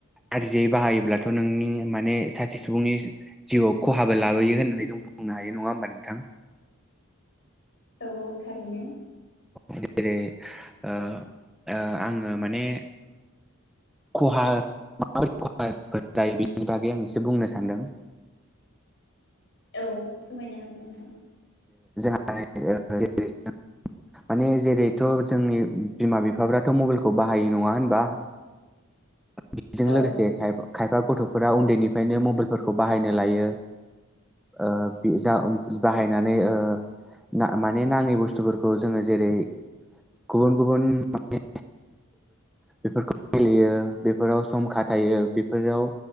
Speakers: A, in the centre; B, on the left.
A: गाज्रियै बाहायोब्लाथ नोंनि माने सासे सुबुंनि जिउआव खहाबो लाबोयो होननानै जों बुंनो हायो नङा होमबा नोंथां।
B: औ-औ थारैनो।
A: जेरै ओ ओ आङो माने खहा माबायदि खहाफोर जायो बेनि बागै आं एसे बुंनो सानदों।
B: औ फोरमायनो हागोन नोंथां।
A: <unintelligible> माने जेरैथ' जोंनि बिमा बिफाफ्राथ' मबाइलखौ बाहायो नङा होनबा? बेजों
B: औ
A: लोगोसे खायफा गथ'फोरा उन्दैनिफ्रायनो मबाइलफोरखौ बाहायनो लायो। ओ बे जानबुं बाहायनानै ओ ना माने नाङै बुस्थुफोरखौ जोङो जेरै गुबुन गुबुन <unintelligible> बेफोरखौ गेलेयो बे फोराव सम खाथायो बेफोराव